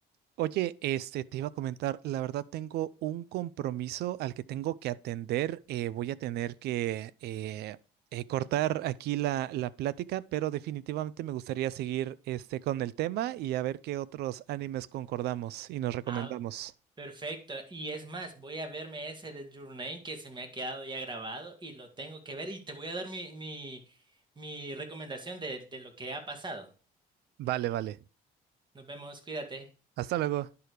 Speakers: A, on the right (about 75°); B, on the right (about 25°).
A: Oye, este, te iba a comentar, la verdad tengo un compromiso al que tengo que atender. eh, voy a tener que eh, eh, cortar aquí la, la plática, pero definitivamente me gustaría seguir este, con el tema y a ver qué otros animes concordamos y nos recomendamos.
B: Ah, Perfecto. Y es más, voy a verme ese de Your Name que se me ha quedado ya grabado y lo tengo que ver y te voy a dar mi, mi, mi recomendación de, de lo que ha pasado.
A: Vale, vale.
B: Nos vemos, cuídate.
A: Hasta luego.